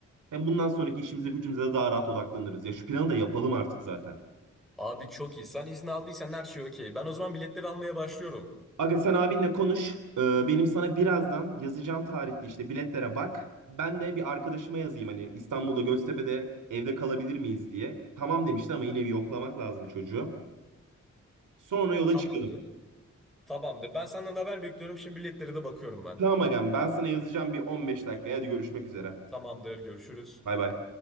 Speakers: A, on the right (about 85°); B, in the centre.
A: Hem bundan sonraki işimize gücümüze de daha rahat odaklanırız. Ya şu planı da yapalım artık zaten.
B: Abi çok iyi. Sen izin aldıysan her şey okey. Ben o zaman biletleri almaya başlıyorum.
A: Aga sen abinle konuş. Ee, benim sana birazdan yazacağım tarihte işte biletlere bak. Ben de bir arkadaşıma yazayım hani İstanbul'da Göztepe'de evde kalabilir miyiz diye. Tamam demişti ama yine bir yoklamak lazım çocuğu. Sonra yola
B: Tamam.
A: çıkalım.
B: Tamamdır. Ben senden haber bekliyorum. Şimdi biletlere de bakıyorum ben.
A: Tamam agam ben sana yazacağım bir 15 dakika. Hadi görüşmek üzere.
B: Tamamdır. Görüşürüz.
A: Bay bay.